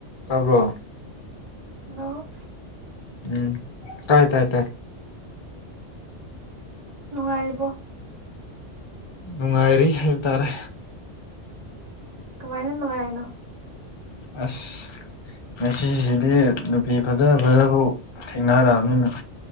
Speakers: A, on the left; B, on the right.
A: ꯇꯥꯕ꯭ꯔꯣ
B: ꯍꯜꯂꯣ
A: ꯎꯝ ꯇꯥꯏ ꯇꯥꯏ ꯇꯥꯏ
B: ꯅꯨꯡꯉꯥꯏꯔꯤꯕꯣ
A: ꯅꯨꯡꯉꯥꯏꯔꯤ ꯍꯥꯏꯕ ꯇꯥꯔꯦ
B: ꯀꯃꯥꯏꯅ ꯅꯨꯡꯉꯥꯏꯔꯤꯅꯣ
A: ꯑꯁ ꯉꯁꯤꯁꯤꯗꯤ ꯅꯨꯄꯤ ꯐꯖ ꯐꯖꯐꯥꯎ ꯊꯦꯡꯅꯔꯛꯑꯕꯅꯤꯅ